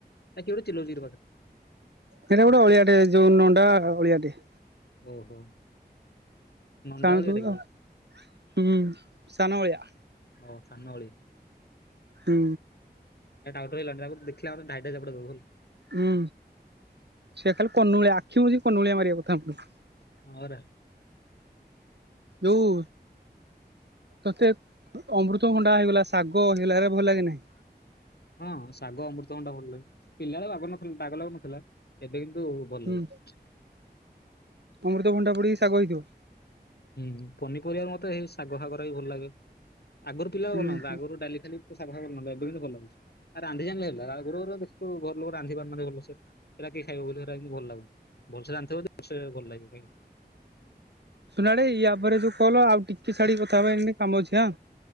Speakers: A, on the left; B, on the right.
A: ଆ କିଏ ଗୋଟେ ଚିଲୋଉଚି କିରେ ପାଖରେ?
B: ହେଟା ଗୋଟେ ଅଳିଆଟେ ଯୋଉ ନଣ୍ଡା ଅଳିଆଟେ।
A: ଓହୋ। ନଣ୍ଡା
B: <unintelligible>
A: ଓଳିଆଟା
B: ଦ
A: କି
B: ହୁଁ ସାନ ଅଳିଆ।
A: ଓ ସାନଉଳି।
B: ହୁଁ।
A: ଏ ଟାଉଟର ହେଇ ଗଲାଣି ତାକୁ ଦେଖିଲା ମାନେ ଢ଼ାଇ ଢ଼ାଇ ଚାପୁଡ଼ା ଦବୁ ହେଲା।
B: ହୁଁ ସେ ଖାଲି କନୁଳିଆ ଆଖି ମୁଜି କନୁଳିଆ ମାରିବା କଥା ଆଉ।
A: ହ ରେ।
B: ଯୋଉ ତତେ ଅମୃତଭଣ୍ଡା ହେଇଗଲା ଶାଗ ହେଇଗଲା ଏରା ଭଲ ଲାଗେ ନାହିଁ।
A: ହଁ ଶାଗ ଅମୃତ ଭଣ୍ଡା ଭଲ ଲାଗେ। ପିଲାବେଳେ ବାଗ ବାଗ ଲାଗୁ ନଥିଲା। ଏବେ କିନ୍ତୁ ଭଲ
B: ହୁଁ
A: ଲାଗୁଛି।
B: ଅମୃତଭଣ୍ଡା ପଡିକି ଶାଗ ହେଇଥିବ।
A: ହୁଁ ପନିପରିବା ମତେ ଏଇ ଶାଗ ଫାଗରା ବି ଭଲ ଲାଗେ ଆଗରୁ ପିଲା
B: ହୁଁ
A: ଭଲ ଲାଗୁ ନ ଥିଲା
B: ହୁଁ
A: ଆଗରୁ ଡାଲି ଖାଲି ତୁ ସାଗ <unintelligible> ଏବେ କିନ୍ତୁ ଭଲ ଲାଗୁଚି। ଆଉ ରାନ୍ଧି ଜ <unintelligible> ଘର ଲୋକ ରାନ୍ଧି ପାରୁନାନ୍ତି ଭଲ ସେ ଏରା କିଏ ଖାଇବ ବୋଲି ହେରା ଇନ୍ଦି ଭଲ ଲାଗୁନି। ଭଲ ସେ ରାନ୍ଧି ଥିବ ଯଦି ଭଲ ସେ ଭଲ ଲାଗିବ
B: ସୁନାଡେ ୟା ପରେ ଜଉ କଲ ଆଉ ଟିକେ ଛାଡିକି କଥା ହବା ଏଇନେ କାମ ଅଛି ଆଁ।